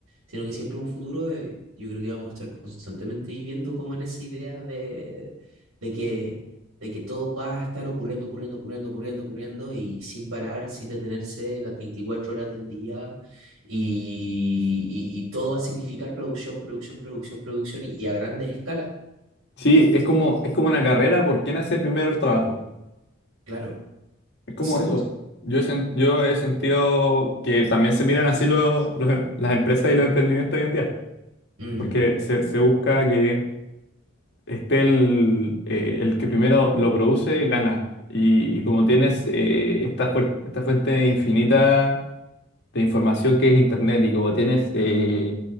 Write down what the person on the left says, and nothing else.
Sí, es como, es como una carrera por quién hace primero el trabajo.
Es como
eso. Yo he, sen- yo he sentido que también se miran así los- los em- las empresas y los emprendimientos hoy en día,
porque se, se busca que esté el, eh, el que primero lo produce, gana. Y, y como tienes eh, esta, fuer- esta fuente infinita de información que es Internet y como tienes, eh,